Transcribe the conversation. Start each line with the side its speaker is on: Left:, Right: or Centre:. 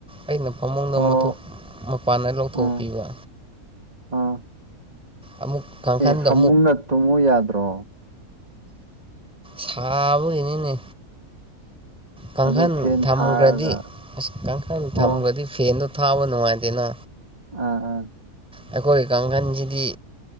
Centre: ꯑꯩꯅ ꯐꯃꯨꯡꯗ
Right: ꯑꯣ
Centre: ꯃꯄꯥꯟꯗ ꯂꯧꯊꯣꯛꯄꯤꯕ
Right: ꯑꯣ ꯑꯥ
Centre: ꯑꯃꯨꯛ ꯀꯥꯡꯈꯟꯗꯣ
Right: ꯑꯦ ꯐꯃꯨꯡꯅ ꯇꯨꯝꯃꯨ ꯌꯥꯗ꯭ꯔꯣ
Centre: ꯁꯥꯕꯅꯦ ꯏꯅꯦ ꯀꯥꯡꯈꯜ
Right: ꯑꯗꯨ ꯐꯦꯟ
Centre: ꯊꯝꯈ꯭ꯔꯗꯤ
Right: ꯊꯥꯔꯒ
Centre: ꯑꯁ ꯀꯥꯡꯈꯜ ꯊꯝꯈ꯭ꯔꯗꯤ
Right: ꯑꯣ
Centre: ꯐꯦꯟꯗꯣ ꯊꯥꯕ ꯅꯨꯡꯉꯥꯏꯇꯦꯅ
Right: ꯑꯥꯑꯥ
Centre: ꯑꯩꯈꯣꯏꯒꯤ ꯀꯥꯡꯈꯜꯁꯤꯗꯤ